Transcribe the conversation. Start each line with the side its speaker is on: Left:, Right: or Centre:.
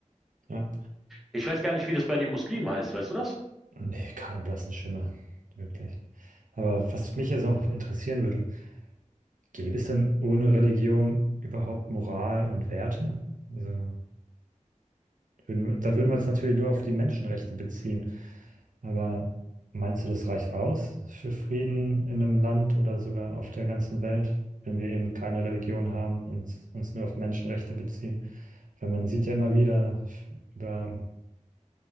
Right: Ja.
Centre: Ich weiß gar nicht, wie das bei den Muslimen heißt, weißt du das?
Right: Nee, keinen blassen Schimmer. Wirklich. Aber was mich jetzt noch interessieren würde, Gäbe es denn ohne Religion überhaupt Moral und Werte? Also, würden, wir- da würden wir uns natürlich nur auf die Menschenrechte beziehen. Aber meinst du, das reicht aus für Frieden in einem Land oder sogar auf der ganzen Welt, wenn wir eben keine Religion haben und uns nur auf Menschenrechte beziehen? Weil man sieht ja immer wieder f- über